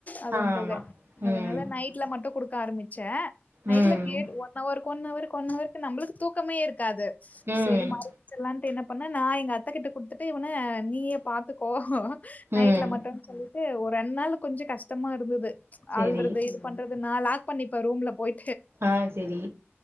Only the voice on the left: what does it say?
அதும்
போக
அதனால நைட்ல மட்டு குடுக் க்க ஆரமிச்ச நைட்ல
கேட் ஒன் அவரு ஒன்னவருக்கு ஒன்னவருக்கு நம்பளுக்கு தூக்கமே இருக்காது
சேரி மாறிச்சல்லான்ட்டு என்னப் பண்ண நா எங்க அத்த கிட்ட குடுத்துட் ட்டு இவன நீயே பாத்துக்கோ நைட்ல
மட்டும் சொல்லி ட்டு ஒரு ரெண் நாளு கொஞ்சோ கஷ்டமா இருந்தது
அல்றது இது பண்றத் இது நா லாக் பண்ணிப்ப ரூம்ல போயி